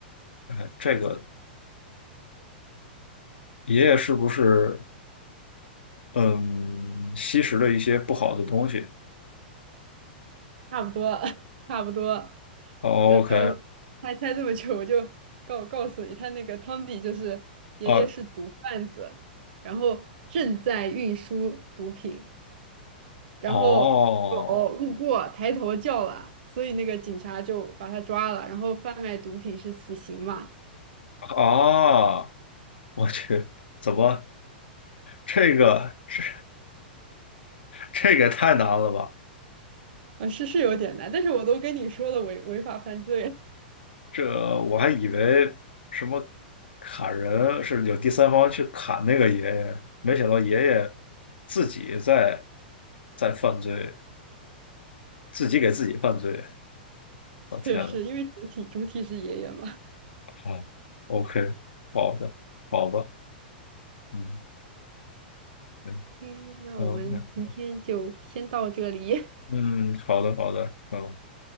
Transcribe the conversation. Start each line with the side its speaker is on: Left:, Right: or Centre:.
Left: 哎，这个爷爷是不是嗯吸食了一些不好的东西
Right: 差不多，<laughs> 差不多。
Left: 哦？OK，
Right: 呃，还猜这么久，我就告告诉你，他那个汤底就是爷爷是毒贩子，
Left: 啊，
Right: 然后正在运输毒品，然后狗路过抬头叫了，
Left: 哦
Right: 所以那个警察就把他抓了，然后贩卖毒品是死刑嘛。
Left: 啊，我去，怎么这个这这个也太难了吧？
Right: 啊，是是有点难，但是我都跟你说了违违法犯罪，
Left: 这我还以为什么砍人是有第三方去砍那个爷爷，没想到爷爷自己在在犯罪，自己给自己犯罪。
Right: <laughs> 是是，
Left: 我、天呐，
Right: 因为主体主体是爷爷嘛。
Left: 啊，OK，好的，好吧，嗯，嗯
Right: 嗯，那我们今天就先到这里，
Left: ，OK，嗯，好的，好的，嗯，